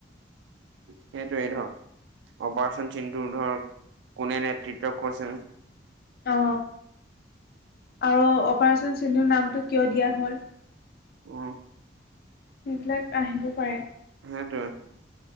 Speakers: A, on the right; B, on the left.
A: সেইটয়ে ধৰ অপাৰচন সিন্ধুৰ ধৰ কোনে নেতৃত্ব কৈছে।
B: অ আৰু অপাৰচন সিন্ধুৰ নামটো কিয় দিয়া হ'ল।
A: উম,
B: সেইবিলাক আহিব পাৰে।
A: সেইটোয়ে